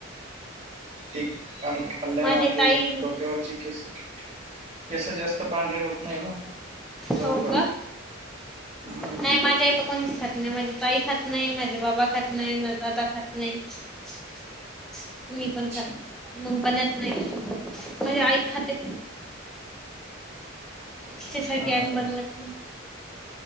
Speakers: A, on the right; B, in the centre.
A: त खाल्ल्याना
B: माझे
A: आपली
B: ताई
A: डोक्यावरची. केस केस जास्त पांढरे होत नाही ना. लवकर
B: हो का
A: हम्म.
B: नाही माझ्या येत कोणीच खात नाही माझी ताई खात नाही माझे बाबा खात नाही माझा दादा खात नाही. <inaudible> मी
A: अच्छा
B: पण खाते
A: नाही
B: मग बनत नाही माझी आई खाते. तिच्यासाठी
A: खायला
B: आम्ही
A: पाहिजे
B: बनवत नाही